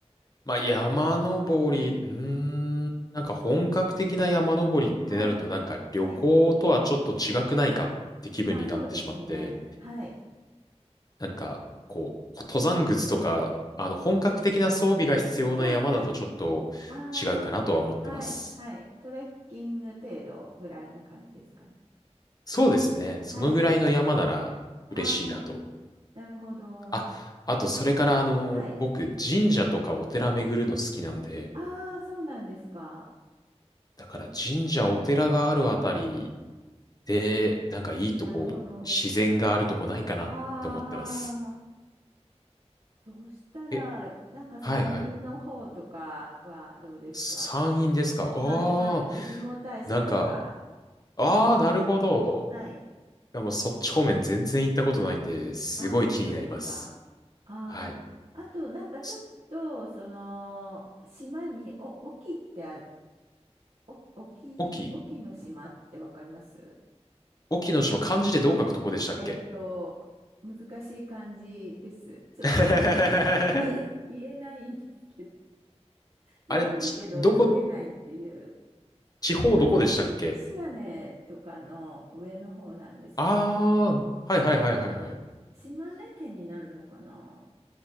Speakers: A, on the left; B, on the right.
A: まあ、山登り、うーん、なんか本格的な山登りってなると、
B: はい、
A: なんか旅行とはちょっと違くないかって気分になってしまって、
B: はい。まあ、そうですね。はい、
A: なんか、こう、登山靴とか、あの、本格的な装備が必要な山だとちょっと
B: はい、はい。ああ、
A: 違うかなとは思ってます。
B: はい、はい。トレッキング程度ぐらいな感じですかね。
A: そうですね。そのぐらいの山なら嬉しいなと。
B: はい。ああ、なるほど。
A: あ、あと、それから、あの、
B: はい。
A: 僕、神社とかお寺巡るの好きなんで、
B: ああ、そうなんですか。
A: だから神社、お寺があるあたりで、なんかいいとこ、
B: なるほど。
A: 自然があるとこないかなって思ってます。
B: ああ、そうしたら、
A: え、
B: なんか山陰の方とかはどうですか
A: はいはい。山陰ですかああー、
B: はい、はい。出雲大社とか。
A: なんか、ああ、なるほど。
B: はい。
A: でもそっち方面全然行ったことないんで、すごい気になります。
B: ああ、本当ですか。ああ、
A: はい。
B: あと、なんかちょっと、
A: す
B: その、島に、お、沖ってある、お、沖、
A: 隠岐、
B: 沖の島ってわかります
A: 隠岐の島、漢字でどう書くとこでしたっけ
B: えっと、難しい漢字です。ちょっと
A: <laughs>
B: <laughs> 言え、言えないんですけど、読めるけど書けないっていう、
A: あれ、ち、どこ、地方どこでしたっけ
B: あの、し島根とかの上の方なんですけれども、
A: ああー、はいはいはいはいはい。
B: 島根県になるのかな